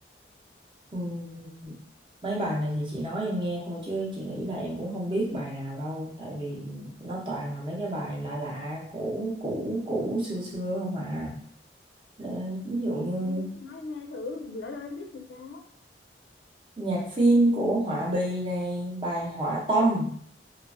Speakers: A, on the right; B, on the left.
A: Ừ. mấy bài này thì chị nói em nghe thôi chứ chị nghĩ là em cũng không biết bài nào đâu tại vì nó toàn là mấy cái bài lạ lạ cũ cũ cũ xưa xưa không à Ờ, ví dụ như
B: Ừ, Chị nói em nghe thử, lỡ đâu em biết thì sao?
A: nhạc phim của Họa Bì này bài Họa Tâm